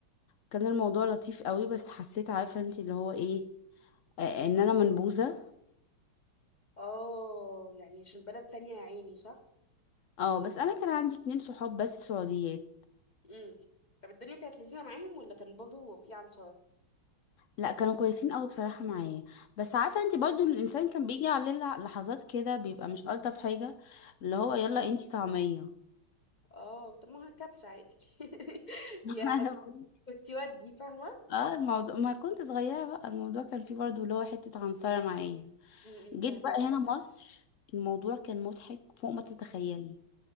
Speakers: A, on the left; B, on the left.
A: كان الموضوع لطيف قوي بس حسيت عارفه انت اللي هو ايه آه ان انا منبوذه
B: اه يعني عشان بلد تانية يا عيني صح
A: اه بس انا كان عندي اتنين صحاب بس سعوديات
B: امم طب الدنيا كانت لذيذه معاهم ولا كان برضه في عنصر
A: لا كانوا كويسين قوي بصراحه معايا بس عارفه انت برضو الانسان كان بيجي عليه لح- لحظات كده بيبقى مش الطف حاجه اللي هو يلا انت طعميه
B: اه طب ما كبسة عادي <laughs>
A: <laughs>
B: يعني
A: انا بقول-
B: كنت ودي فاهمة
A: اه الموضوع ما كنت صغيرة بقى الموضوع كان فيه برضو اللي هو حتة عنصرة معايا
B: م-
A: جيت
B: م، فاهمك
A: بقى هنا مصر الموضوع كان مضحك فوق ما تتخيلي